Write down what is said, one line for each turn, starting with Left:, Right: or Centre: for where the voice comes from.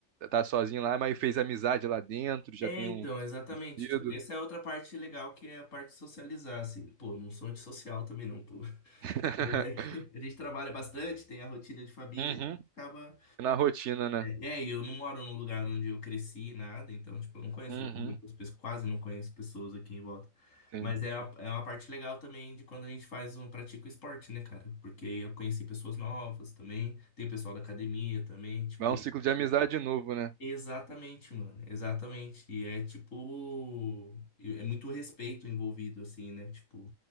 Right: tá sozinho lá, mas fez amizade lá dentro, já
Left: É,
Right: tem
Left: então,
Right: um
Left: exatamente.
Right: partido.
Left: Tipo, essa é outra parte legal que é a parte de socializar, assim. Pô, não sou antissocial também não, pô. <laughs>
Right: <laughs>
Left: Mas é que a gente trabalha bastante, tem a rotina de família,
Right: Uhum.
Left: acaba
Right: Na rotina, né?
Left: É, e eu não moro num lugar onde eu cresci, nada, então, tipo, eu não conheço
Right: Uhum.
Left: muitas pessoas, quase não conheço pessoas aqui em volta.
Right: Sim.
Left: Mas é, a- é uma parte legal também de quando a gente faz um, pratica o esporte, né, cara? Porque eu conheci pessoas novas também, tem o pessoal da academia também, tipo,
Right: Vai um ciclo de amizade de novo, né?
Left: Exatamente, mano. Exatamente. E é tipo. É muito respeito envolvido, assim, né? Tipo.